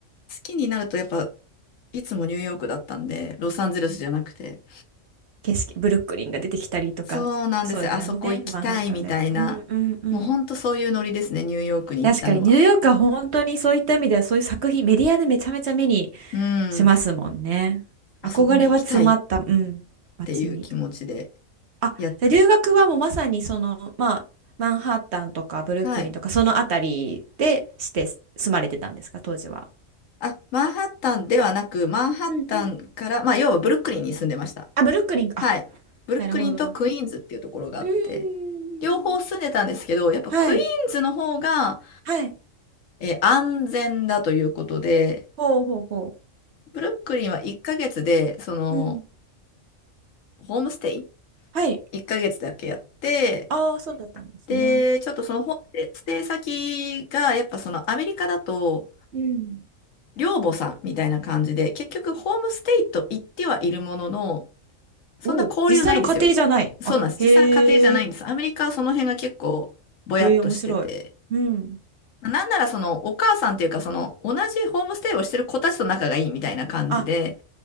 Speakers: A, on the left; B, on the right.
A: きになるとやっぱ、いつもニューヨークだったんで、ロサンゼルスじゃなくて。
B: 景色、ブルックリンが出てきたりとか、
A: そうなんですよ、
B: そうですよね。
A: あそこ行きたいみたいな。
B: マンハッタンでと。うんうんうん。
A: もうほんとそういうノリですね、ニューヨークに行ったのは。
B: 確かにニューヨークは本当にそういった意味ではそういう作品、メディアでめちゃめちゃ目に
A: うん、
B: しますもんね。
A: あそこに行きたいっ
B: 憧れは詰まった、うん、街に。
A: ていう気持ちで。
B: あ、
A: や
B: じゃあ留学はもうまさにその、まあ、マンハッタンとかブルックリンとかそのあたりでして住まれてたんですか、
A: はい
B: 当時は。
A: あ、マンハッタンではなく、マンハッタンから、
B: ううんうん
A: まあ、要はブルックリンに住んでました。
B: あ、ブルックリンか。
A: はい。
B: あ、
A: ブルックリンとクイーンズっていうところがあって、
B: なるほどな。うーん。
A: 両方住んでたんですけど、やっぱクイーンズの方が、
B: はい。はい。
A: えー安全だということで、
B: ほうほうほ
A: ブルックリンは1ヶ月で、その、
B: う。うん。
A: ホームステイ
B: はい。
A: ?1 ヶ月だけやって、
B: ああ、そうだったんですね。
A: で、ちょっとそのホームステイ先が、やっぱそのアメリカだと、
B: うん。
A: 寮母さんみたいな感じで、結局ホームステイと言ってはいるものの、そんな交流ないんですよ。
B: おお、実際の家庭じゃない。
A: そうなんです。
B: あ、へえ。
A: 実際の家庭じゃないんです。アメリカはその辺が結構ぼやっとしてて。
B: へえ、面白い。うん。
A: なんならそのお母さんっていうかその同じホームステイをしてる子たちと仲がいいみたいな感じで、
B: あ、